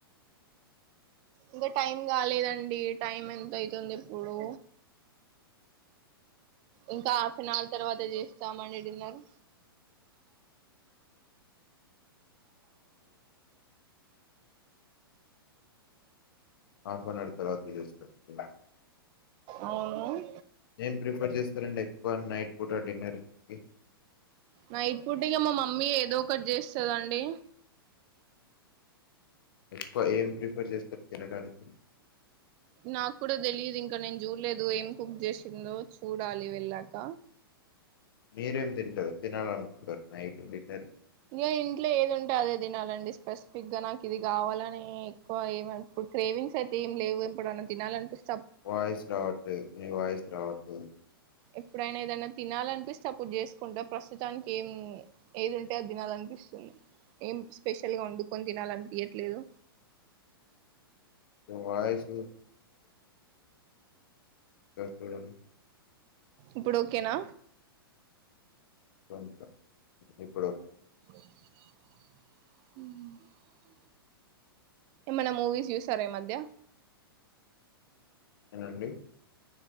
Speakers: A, on the right; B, on the left.
A: ఇంకా టైం కాలేదన్ డి టైమ్ ఎంత ఐతుందిప్పుడు ఇంకా హాఫ్ నవర్ తర్వాత చేస్తామండి డిన్నర్
B: హఫేనవర్ తర్వాత చేస్తారు <inaudible>
A: అవును
B: ఏం ప్రిఫర్ <inaudible> నైట్ పూట డిన్నర్ కి
A: నైట్ పూట ఇగ మా మమ్మీ ఏదో ఒకటి చేస్తదండి
B: ఎక్కువ ఏం ప్రిఫర్ చేస్తారు తినడానికి
A: నాకు కూడా తెలియదు ఇంకా నేను చూడలేదు ఏం కుక్ చేసిందో చూడాలి వెళ్ళాక
B: మీరేం తింటారు తినాలి అనుకుంటారు నైట్ డిన్నర్
A: ఇం ఇంట్లో ఏది ఉంటే అదే తినాలండి, స్పెసిఫిక్ గా నాకు ఇది కావాలి అని ఏక్కువ ఇప్పుడు క్రేవింగ్స్ అయితే ఏమి లేవు ఎప్పుడు ఏది తినాలనిపిస్
B: వయిస్ రావట్లేదు మీ వాయిస్ రావట్లేదు
A: ఎప్పుడైనా ఏదైనా తినాలనిపిస్తే అప్పుడు చేసుకుంటా, ప్రస్తుతానికి ఏం ఏది ఉంటే అది తినాలనిపిస్తుంది, ఏం స్పెషల్గా వండుకొని తినాలనిపియట్లేదు
B: వాయి <unintelligible>
A: ఇప్పుడు ఓకేనా
B: కొంత ఇప్పుడు
A: మ్ ఏమన్నా మూవీస్ చూసారా ఈ మధ్య
B: ఏమండి